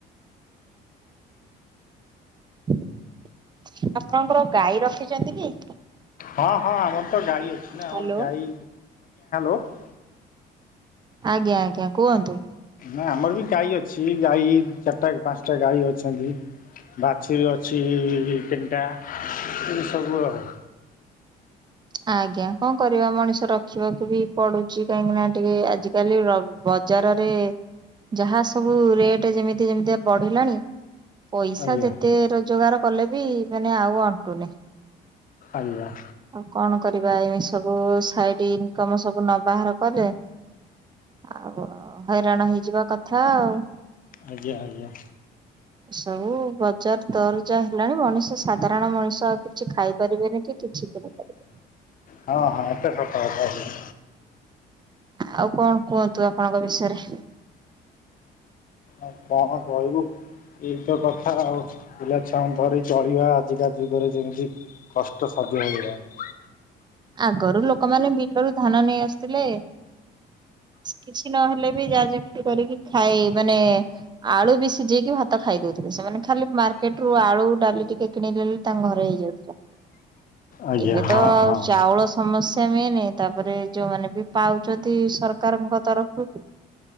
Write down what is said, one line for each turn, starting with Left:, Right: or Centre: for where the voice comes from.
Right: ଆପଣଙ୍କର ଗାଈ ରଖିଛନ୍ତି କି?
Left: ହଁ ହଁ ଆମର ତ ଗାଈ ଅଛି ନା
Right: ହ୍ୟାଲୋ।
Left: ଆମର ଗାଈ <unintelligible>
Right: ଆଜ୍ଞା ଆଜ୍ଞା କୁହନ୍ତୁ?
Left: ନା ଆମର ବି ଗାଈ ଅଛି ଗାଈ ଚାରିଟା ପାଞ୍ଚଟା ଗାଈ ଅଛନ୍ତି। ବାଛୁରୀ ଅଛି ତୀନଟା ଏ ସବୁ ଆଉ।
Right: ଆଜ୍ଞା କଣ କରିବା ମଣିଷ ରଖିବାକୁ ବି ପଡୁଛି କାହିଁକି ନା ଟିକେ ଆଜିକାଲି ର ବଜାରରେ ଯାହା ସବୁ ରେଟ୍ ଯେମିତି ଯେମିତିଆ ବଢିଲାଣି ପଇସା
Left: ଆଜ୍ଞା।
Right: ଯେତେ ରୋଜଗାର କଲେ ବି ମାନେ ଆଉ ଅଣ୍ଟୁନି।
Left: ଆଜ୍ଞା।
Right: ଆଉ କଣ କରିବା ଏମିତୀ ସବୁ ସାଇଡ୍ ଇନକମ୍ ସବୁ ନ ବାହାର କଲେ ଆଉ ହଇରାଣ ହେଇଯିବା କଥା ଆଉ।
Left: ଆଜ୍ଞା ଆଜ୍ଞା।
Right: ସବୁ ବଜାର ଦର ଜା ହେଲାଣି ମଣିଷ ସାଧାରଣ ମଣିଷ ଆଉ କି କିଛି ଖାଇ ପାରିବେନି କିଛି କିଣିପାରିବେନି।
Left: ହଁ ହଁ ଏଟା ସତ କଥା କହିଲ।
Right: ଆଉ କଣ କୁହନ୍ତୁ ଆପଣଙ୍କ ବିଷୟରେ?
Left: ଆଉ କଣ କହିବୁ? ଏଇତ କଥା ଆଉ ପିଲାଛୁଆଙ୍କୁ ଧରି ଚଳିବା ଆଜିକା ଯୁଗରେ ଯେମିତି କଷ୍ଟ ସାଧ୍ୟ ହୋଇଗଲାଣି।
Right: ଆଗରୁ ଲୋକମାନେ ବିଲରୁ ଧାନ ନେଇ ଆଶୁଥିଲେ କିଛି ନହେଲେ ବି ଯାହା ଯେମିତି କରିକି ଖାଇ ମାନେ ଆଳୁ ବି ସିଝେଇକି ଭାତ ଖାଇଦଉଥିଲେ ସେମାନେ ଖାଲି ମାର୍କେଟ ରୁ ଆଳୁ ଡାଲି ଟିକେ କିଣିଦେଲେ ତାଙ୍କ ଘରେ ହେଇଯାଉଥିଲା
Left: ଆଜ୍ଞା
Right: ଏବେ
Left: ହଁ
Right: ତ ଆଉ
Left: ହଁ।
Right: ଚାଉଳ ସମସ୍ୟା ମେନେ ତାପରେ ଯୋଉମାନେ ବି ପାଉଛନ୍ତି ସରକାରଙ୍କ ତରଫରୁ ହ